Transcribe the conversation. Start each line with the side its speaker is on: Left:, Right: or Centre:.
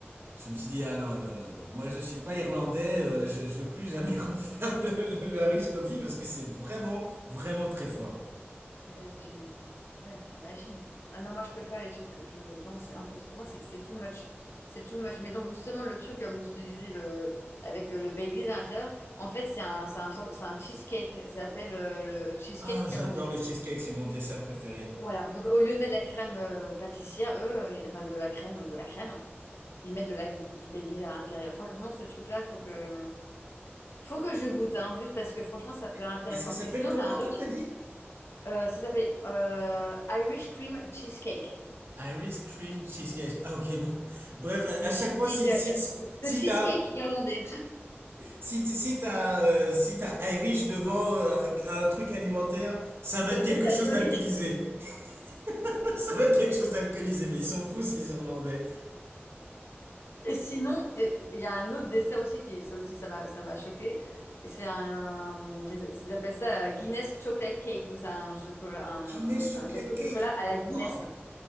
Right: Je me suis dit, ah non, non, non, non. Moi, je suis pas irlandais. euh, je, je veux plus jamais <laughs> refaire le, le, le Irish Coffee parce que c'est vraiment, vraiment très fort.
Left: Mais j'ai- ouais, j'imagine. Ah non, moi je peux pas les trucs. que Je... Non, c'est un peu. Pour moi, c'est c'est too much. C'est too much. Mais donc, justement, le truc, comme je te disais, le... avec euh, le Baileys à l'intérieur, en fait, c'est un, c'est un, sort- c'est un cheesecake. Ça s'appelle euh, le cheesecake
Right: Ah, j'adore
Left: irlandais.
Right: le cheesecake, c'est mon dessert préféré.
Left: Voilà. Donc, au lieu de mettre de la crème euh, pâtissière, eux, euh, enfin de la crème, de la crème, hein, ils mettent de la... du Baileys à l'intérieur. Franchement, ce truc-là, faut que... faut que je goûte, hein, juste parce que franchement, ça
Right: Et,
Left: a l'air intéressant.
Right: et ça s'appelle
Left: Et sinon,
Right: comment
Left: tu as un autre
Right: encore, t'as
Left: truc.
Right: dit?
Left: Euh, ça s'appelle euh, Irish Cream Cheesecake.
Right: Irish cream cheesecake. Ah, ok, bon. <laughs> Bref, à,
Left: C'est Le
Right: à chaque
Left: cheesecake,
Right: fois, si,
Left: euh,
Right: si,
Left: il
Right: si, si
Left: le cheesecake
Right: t'as,
Left: irlandais.
Right: si, t- si t'as, euh, si t'as Irish devant euh, un, un truc alimentaire, ça va
Left: Ça
Right: être
Left: veut
Right: quelque
Left: dire c'est alcoolique.
Right: chose d'alcoolisé. <laughs> Ça va être quelque chose d'alcoolisé, mais ils sont fous, ces Irlandais.
Left: Et sinon, et- il y a un autre dessert aussi qui, ça aussi, ça m'a, ça m'a choqué. C'est un, ils ils appellent ça euh, Guinness Chocolate Cake, donc c'est un chocolat, un,
Right: Guinness chocolate
Left: un gâteau de
Right: cake.
Left: chocolat à la Guinness.
Right: Waouh.